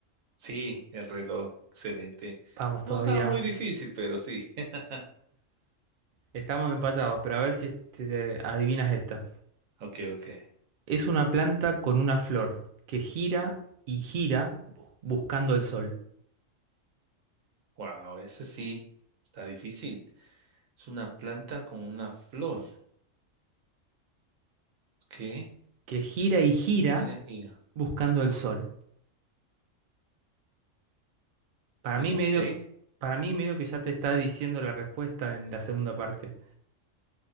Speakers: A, on the right (about 80°); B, on the right (about 60°).
A: Sí, el reloj. Excelente.
B: Vamos, todavía
A: No estaba muy difícil, pero sí. <laughs>
B: estamos empatados, pero a ver si este- te adivinas esta.
A: Ok, ok.
B: Es una planta con una flor que gira y gira bu- buscando el sol.
A: Wow, ese sí está difícil. Es una planta con una flor. ¿Qué?
B: Que gira y gira
A: ¿Qué gira, gira?
B: buscando el sol. Para
A: Pues
B: mí
A: no
B: medio,
A: sé.
B: para mí medio que ya te está diciendo la respuesta en la segunda parte.